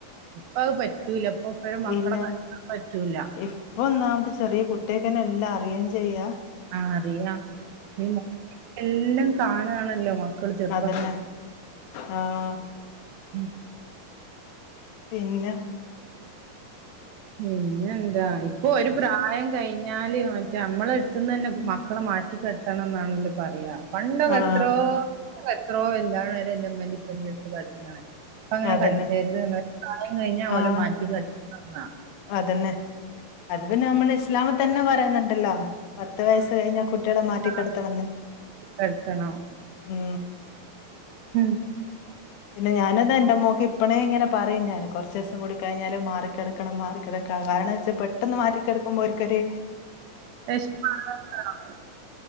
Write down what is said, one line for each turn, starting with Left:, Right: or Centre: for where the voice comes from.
Right: ഇപ്പം അത് പറ്റൂല ഇപ്പൊ ഇപ്പഴും മക്കളെ
Left: ഇല്ലാ
Right: കെടത്താൻ പറ്റൂല
Left: ഇപ്പൊ ഒന്നാമത്ത് ചെറിയ കുട്ട്യേൾക്ക് എല്ലാം അറിയും ചെയ്യാം
Right: ആഹ് അറിയാം ഇപ്പം ഈ മൊബൈൽ എല്ലാം കാണുകണല്ലോ മക്കള് ചെറുപ്പം
Left: അതന്നെ
Right: തൊട്ടെ
Left: ആഹ്
Right: ഉം
Left: പിന്നെ
Right: പിന്നെന്താ ഇപ്പൊ ഒരു പ്രായം കഴിഞ്ഞാല് മറ്റേ നമ്മളെ അടുത്തുന്ന് തന്നെ മക്കളെ മാറ്റി കെടത്ത കിടത്തണം എന്നാണല്ലോ പറയാ പണ്ടൊക്കെ
Left: ആഹ്
Right: എത്രോ എത്രോ വലുതാവ്ണെ വരെ എൻ്റെ ഉമ്മൻ്റിം ഉപ്പൻ്റിം അടുത്ത് കടന്ന്ണ് ഇപ്പം അങ്ങനെ
Left: അതന്നെ
Right: കടത്തരുത് ഒരു കാലം കഴിഞ്ഞാ ഓലെ
Left: ആഹ്
Right: മാറ്റി കടത്തണം ന്നാ
Left: അതന്നെ അത് പിന്നെ നമ്മളെ ഇസ്ലാമിൽ തന്നെ പറയുന്നുണ്ടല്ലോ പത്ത് വയസ്സ് കഴിഞ്ഞാ കുട്ടികളെ മാറ്റിക്കെടുത്തണംന്ന്
Right: മാറ്റി കെടത്തണം.
Left: ഉം
Right: ഉം
Left: പിന്നെ ഞാൻ എന്റെ മോക്ക് ഇപ്പയേ ഇങ്ങനെ പറയും ഞൻ കുറച്ച് ദിവസം കൂടെ കഴിഞ്ഞാൽ മാറിക്കെട മാറിക്കിടക്കാ കാരണം എന്തെന്ന് വെച്ചാൽ പെട്ടെന്ന് മാറിക്കിടക്കുമ്പോൾ ഓൽക്കൊരു
Right: വേഷ്മം ആണല്ലോ